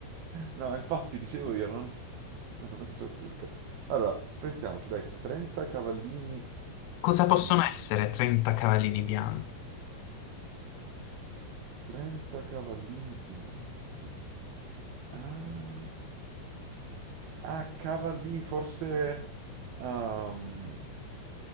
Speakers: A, on the right; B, on the left.
A: No, infatti dicevo io, non, <laughs> non c'ho zicca. Allora, pensiamoci, dai, 30 cavallini
B: Cosa
A: bianchi.
B: possono essere 30 cavallini bianchi?
A: 30 cavallini bianchi. Ah, ah, cavallini, forse ehm,